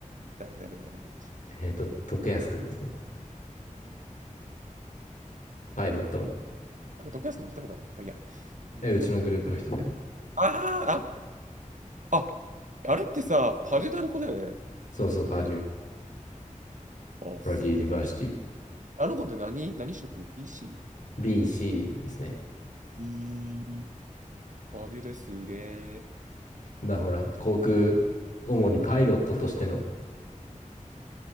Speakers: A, on the right; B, on the left.
A: 誰誰誰誰しまし
B: えっと、徳安くんですね。
A: たね。
B: パイロットの。
A: なんか、徳安君聞いたことあるな。まあ、いいや。うん、
B: え、うちのグループの人だよ。
A: あー、あ、あ、あれってさ、パジュダの子だよね。
B: そうそう、パーデュー。
A: あ、
B: パーデュー・
A: すげえ。
B: ユニバーシティ。
A: あの子って何、何職 ?BC?
B: BC ですね。
A: えー、パデューですげえ。
B: だほら、
A: じゃ
B: 航空、主にパイロットとしての、